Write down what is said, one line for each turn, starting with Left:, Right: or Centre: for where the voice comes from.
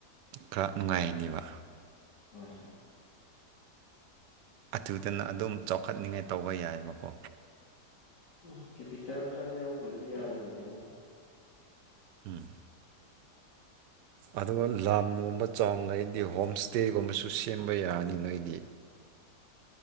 Right: ꯈꯔ ꯅꯨꯡꯉꯥꯏꯅꯦꯕ
Left: ꯍꯣꯏ
Right: ꯑꯗꯨꯊꯨꯗꯅ ꯑꯗꯨꯝ ꯆꯥꯎꯈꯠꯅꯤꯉꯥꯏ ꯇꯧꯕ ꯌꯥꯏꯕꯀꯣ
Left: ꯎ ꯀꯦꯄꯤꯇꯥꯦꯜ ꯈꯔꯗꯤ ꯑꯣꯜꯗꯔꯦꯗꯤ ꯌꯥꯗꯕꯅꯤꯅ
Right: ꯎꯝ ꯑꯗꯨꯒ ꯂꯝꯒꯨꯝꯕ ꯆꯥꯎꯅ ꯑꯩꯗꯤ ꯍꯣꯝ ꯏꯁꯇꯦꯒꯨꯝꯕꯁꯨ ꯁꯦꯝꯕ ꯌꯥꯅꯤ ꯅꯣꯏꯗꯤ